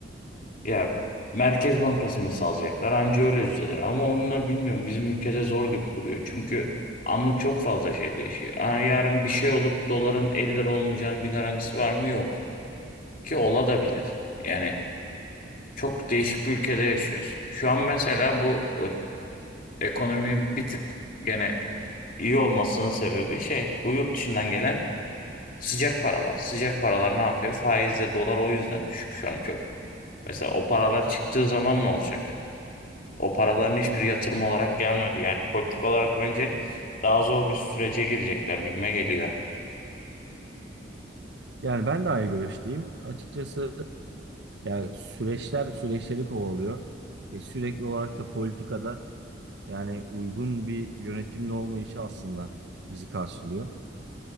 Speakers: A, on the left; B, on the right.
A: Ya Merkez Bankası'nı salacaklar anca öyle düzelir. Ama onunla bilmiyorum bizim ülkede zor gibi duruyor. Çünkü anlık çok fazla şey değişiyor. Aa, yarın bir şey olup doların 50 lira olmayacağının bir garantisi var mı? Yok. Ki ola da bilir. Yani çok değişik bir ülkede yaşıyoruz. Şu an mesela bu e, ekonominin bir tık gene iyi olmasının sebebi şey bu yurt dışından gelen sıcak paralar. Sıcak paralar ne yapıyor? Faizle dolar o yüzden düşük şu an çok. Mesela o paralar çıktığı zaman ne olacak? O paraların hiçbiri yatırım olarak gelmedi. Yani politik olarak bence daha zor bir sürece girecekler gibime geliyor.
B: Yani ben de aynı görüşteyim. Açıkçası yani süreçler süreçleri kovalıyor. Ve sürekli olarak da politikada yani uygun bir yönetimin olmayışı aslında bizi karşılıyor.